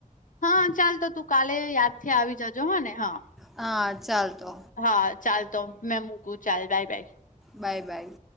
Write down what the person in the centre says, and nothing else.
હા ચાલ તો.
બાય-બાય.